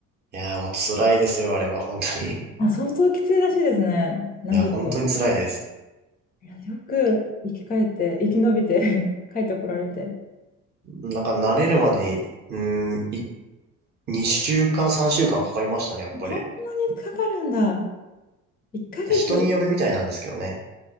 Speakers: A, on the right (about 25°); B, on the left (about 20°).
A: いやーもう辛いですよ、あれは、本当に。い
B: あ、相当きついらしいですね、なると。
A: や、本当に辛いです。
B: いや、よく生き返って、生き延びて <laughs> 帰ってこられて。
A: なんか慣れるまでに、うん、い、2週間、3週間かんかかりましたね、やっぱり。
B: そんなにかかるんだ。1ヶ月。
A: 人によるみたいなんですけどね。